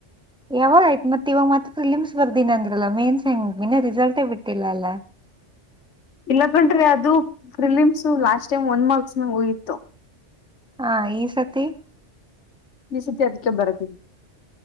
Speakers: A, in the centre; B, on the left.
A: ಯಾವಾಗ ಆ್ತ ಮತ್ ಇವಾಗ್ತ್ ಫಿಲಿಮ್ಸ್ ಬರ್ದಿನ ಅಂದ್ರಲ್ಲ ಮೇನ್ಸ್ ಹೆಂಗ ಇನ ರಿಸಲ್ಟೇ ಬಿಟ್ಟಿಲ್ಲ ಅಲ್ಲಾ <unintelligible>
B: ಇಲ್ಲ ಕಂಡ್ರೆ ಅದು ಫಿಲಿಮ್ಸ ಲಾಸ್ಟ್ ಟೈಮ್ ಒಂದ್ ಮಾರ್ಕ್ಸ್ ನಗ ಹೋಗಿತ್ತು <unintelligible>
A: ಹಾ ಈ ಸತಿ <unintelligible>
B: ಈಸತಿ ಅಧಿಕ ಬರದಿಲ್ಲ <unintelligible>